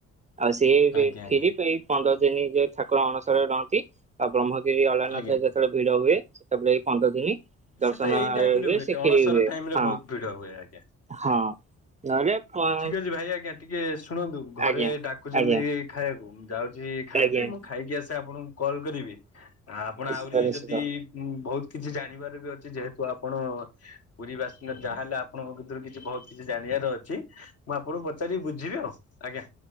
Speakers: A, on the right; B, on the left.
A: ଆଉ ସିଏ ବି
B: ଆଜ୍ଞା ଆଜ୍ଞା
A: କ୍ଷୀରି ପେଇ ପନ୍ଦର ଦିନ ଯୋଉ ଠାକୁର ଅଣସ ରରେ ଯେତେବେଳେ ରହନ୍ତି। ଆଉ ବ୍ରହ୍ମଗିରି ଅଲରନାଥ
B: ଆଜ୍ଞା
A: ରେ ସେତେବେଳେ ଭିଡ ହୁଏ ସେତେବେଳେ ଏଇ ପନ୍ଦର ଦିନି ଦର୍ଶନ
B: ସେ ତ ଏଇ
A: ଅ
B: ଟାଇମ ରେ
A: ହୁଏ ସେ କ୍ଷୀରି
B: ଅଣସର
A: ବୁ ହୁଏ
B: ଟାଇମ ରେ
A: ହଁ
B: ବହୁତ ଭିଡ ହୁଏ ଆଜ୍ଞା।
A: ହଁ। ନହେଲେ ପାଂ
B: ଠିକ ଅଛି ଭାଇ ଆଜ୍ଞା ଟିକେ ଶୁଣନ୍ତୁ ଘରେ
A: ଆଜ୍ଞା
B: ଡାକୁଚନ୍ତି
A: ଆଜ୍ଞା
B: ଖାଇବାକୁ। ମୁଁ ଯାଉଚି ଖାଇବି
A: ଆଜ୍ଞା।
B: ମୁଁ ଖାଇକି ଆସେ ଆପଣଙ୍କୁ କଲ୍ କରିବି ଆ ଆପଣ
A: ନିଶ୍ଚିତ
B: ଆହୁରି
A: ନିଶ୍ଚିତ
B: ଯଦି ହୁଁ ବହୁତ କିଛି ଜାଣିବାର ବି ଅଛି ଯେହେତୁ ଆପଣ ପୁରୀ ବାସିନ୍ଦା ଯାହା ହେଲେ ଆପଣଙ୍କ ଭିତରୁ କିଛି ବହୁତ ଚି ଜାଣିବାର ଅଛି ମୁଁ ଆପଣଙ୍କୁ ପଚାରି ବୁଝିବି ଆଉ ଆଜ୍ଞା।